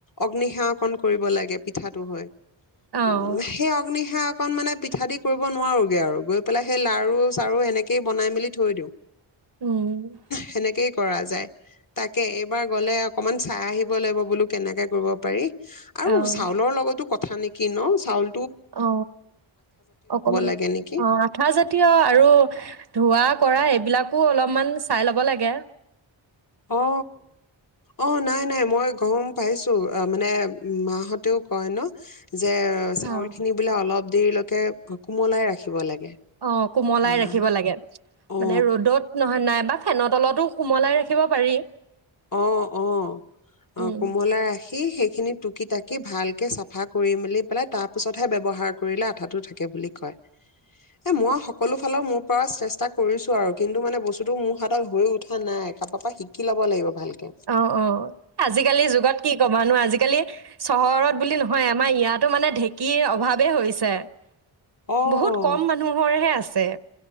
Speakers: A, on the left; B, on the right.
A: অগ্নি সেৱা কণ কৰিব লাগে পিঠাটো হৈ
B: অ',
A: উ সেই অগ্নিশাক কন মানে পিঠা দি কৰিব নোৱাৰোগে আৰু গৈ পেলাই সেই লাৰু চাৰু এনেকেই বনাই মেলি থৈ দিওঁ
B: উম,
A: সেনেকেই কৰা যায় তাকে এইবাৰ গ'লে অকমান চাই আহিব লাগিব বোলো কেনেকে কৰিব পাৰি আৰু
B: অ',
A: চাউলৰ লগতো কথা নেকি ন চাউল
B: অ অকমান
A: লাগে নেকি
B: অ আঠা জাতীয় আৰু ধোঁৱা কৰা এইবিলাক কো অলপমান চাই ল'ব লাগে
A: অ অ নাই নাই মই গম পাইছো মানে মাহতেও কয় ন যে চাউলখিনি
B: অ',
A: বোলে অলপ দেৰিলৈকে কুমলাই ৰাখিব লাগে
B: অ কোমলাই
A: আহ,
B: ৰাখিব লাগে মানে
A: অ
B: ৰ'দত নহয় নাইবাক ফেনৰ তলতো সোমলাই ৰাখিব পাৰি
A: অ অ অ
B: উম,
A: কোমলা ৰাখি সেই খিনি টুকি তাকি ভাল কেে চাফা কৰি মেলি পেলাই তাৰ পিছতহে ব্যৱহাৰ কৰিলে আঠা টো থাকে বুলি কয় এ মই সকলো ফালৰ মোৰ পৰা চেষ্টা কৰিছোঁ আৰু কিন্তু মানে বস্তুটো মোৰ হাতত হৈ উঠা নাই কাৰোৰ পৰা শিকি ল'ব লাগিব ভালকে
B: অ অ আজিকালি যুগত কি ক'বানো আজিকালি চহৰত বুলি নহয় আমাৰ ইয়াতো মানে ঢেঁকীৰ অভাৱে হৈছে ছ
A: অ
B: বহুত কম মানুহৰ হে আছে তে